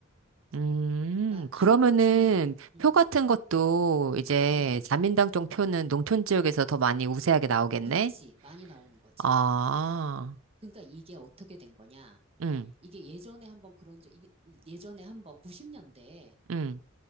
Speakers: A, on the right; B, on the right.
A: 음,
B: 그러니까
A: 그러면은
B: 할아버지, 음.
A: 표 같은 것도 이제
B: 음,
A: 자민당 쪽 표는 농촌 지역에서 더 많이 우세하게 나오겠네?
B: 그치. 많이 나오는 거지.
A: 아,
B: 그러니까 이게 어떻게 된 거냐.
A: 응,
B: 이게 예전에 한번 그런 적, 이게 예전에 한번 90년대에
A: 응,